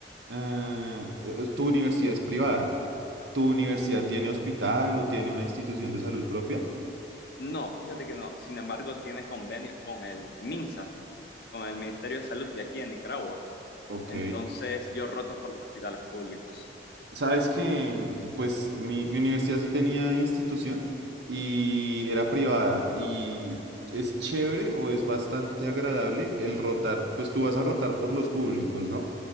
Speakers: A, on the right (about 75°); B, on the left (about 60°).
A: ah, eh, o- tu universidad es privada? ¿Tu universidad tiene hospital o tiene una institución de salud propia?
B: No, fíjate que no, sin embargo tiene convenios con el MINSA con el Ministerio de Salud de aquí en Nicaragua.
A: Ok.
B: Entonces yo roto por los hospitales públicos,
A: Sabes que, pues, mi, mi universidad sí tenía institución y era privada y es chévere o es bastante agradable el rotar, pues tú vas a rotar por los públicos, ¿no?